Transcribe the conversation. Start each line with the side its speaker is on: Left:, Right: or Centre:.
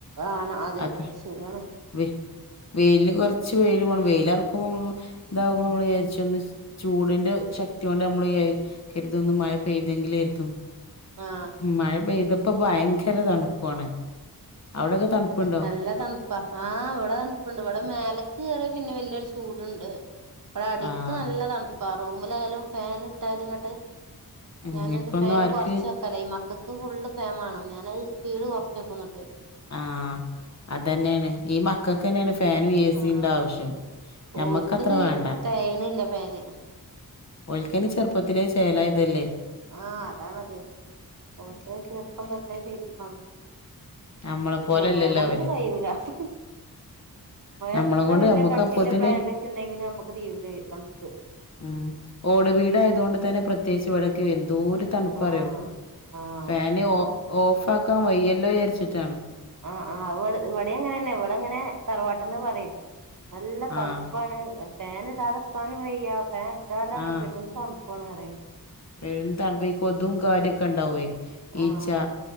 Right: ആണ് അത്
Left: അത
Right: ശരിയാണ്
Left: വെ വെയിലിന് കൊറച്ച് വെയില് വേണം വെയില് എറക്കുമ്പ നമ്മള് ഇതാവുമ്പ നമ്മള് വിചാരിച്ച് ഒന്ന് ചൂടിന്റ ശക്തി കൊണ്ട് നമ്മള് വിചാരിക്കരുത് ഇന്ന് മഴ പെയ്തെങ്കിലേരുന്നു
Right: ആ
Left: മഴ പെയ്തപ്പൊ ഭയങ്കര തണുപ്പാണ്. അവിടൊക്കെ തണുപ്പുണ്ടോ
Right: നല്ല തണു പ്പ ആ ഇവിടെ തണുപ്പെണ്ട് ഇവിടെ മേലക്ക് കയറിയാ പിന്നെ വല്യൊരു ചൂടെണ്ട്. ഇവടെ അടിക്ക്
Left: ആഹ്
Right: നല്ല തണുപ്പാ റൂമിലായാലും ഫാൻ ഇട്ടാലും ഇങ്ങട്ട്
Left: ഉം
Right: ഞാനാട്ട്
Left: ഇപ്പൊന്നും
Right: ഫാന്
Left: ആർക്ക്
Right: കൊറച്ച് വെക്കലാ ഈ മക്കക്ക് ഫുള്ള് ഫാൻ വേണം ഞാനത് സ്പീഡ് കൊറച്ച് വെക്കും എന്നിട്ട്.
Left: ആ അതന്നേണ് ഈ മക്കക്കന്നേണ് ഫാനും ഏ സീന്റാവശ്യം
Right: ആഹ്
Left: ഞമ്മക്കത്ര
Right: ഓര്ക്കിത്
Left: വേണ്ട.
Right: തെകയണില്ല ഫാന്
Left: ഓൽക്കയ്ന് ചെറുപ്പത്തിലേ ശേലായതല്ലേ
Right: ആ അതാണത് ഓൽക്കത് ചെറുപ്പംതൊട്ടേ <unintelligible>
Left: നമ്മളെ പോലെല്ലല്ലോ
Right: ഞമ്മളെകൊണ്ടിത്
Left: അവര്
Right: കഴിയൂല. <unintelligible>
Left: നമ്മളെ
Right: എത്ര
Left: കൊണ്ട്
Right: വലിയ
Left: നമ്മുക്ക്
Right: കട്ടിയിള്ള
Left: അപ്പോത്തിന്
Right: ബ്ലാങ്കറ്റ് എണ്ടെങ്കിലും നമ്മുക്ക് <unintelligible> തണുപ്പ്
Left: ഉം ഓട് വീടായതുകൊണ്ട് തന്നെ പ്രത്യേകിച്ച് ഇവിടെ ക്കെന്തോര് തണുപ്പാറിയോ
Right: ആഹ് ആഹ്
Left: ഫാന് ഓ ഓഫാ ക്കാൻ വയ്യല്ലോ വിചാരിച്ചിട്ടാണ്.
Right: ആ ആ ഇവ ഇവിടേ അങ്ങനെന്നെ ഇവിടങ്ങനെ തറവാട്ടിന്ന് പറയും. നല്ല തണുപ്പാണ്
Left: ആഹ്
Right: ഫാൻ ഇടാതിക്കാനും വയ്യ ഫാനിട്ടാലാണെ
Left: ആഹ്
Right: പെരുന്തണു പ്പാണ് പറയുന്നത്.
Left: പെരും തണുപ്പ ഈ കൊതും കാര്യൊക്കെ എണ്ടാവുവേ
Right: ആഹ്
Left: ഈച്ച